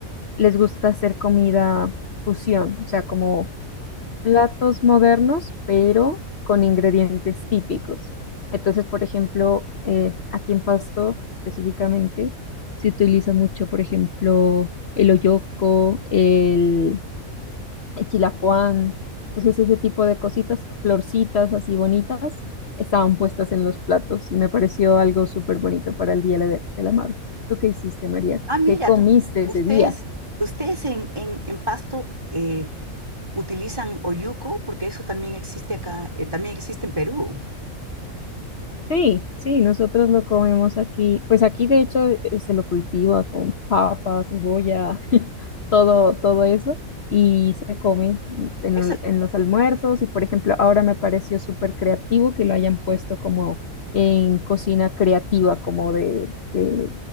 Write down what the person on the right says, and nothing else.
Ah, mira,
tú, ustedes,
ustedes en, en, en Pasto eh, utilizan oyuco, porque eso también existe acá, eh, también existe en Perú.
Eso,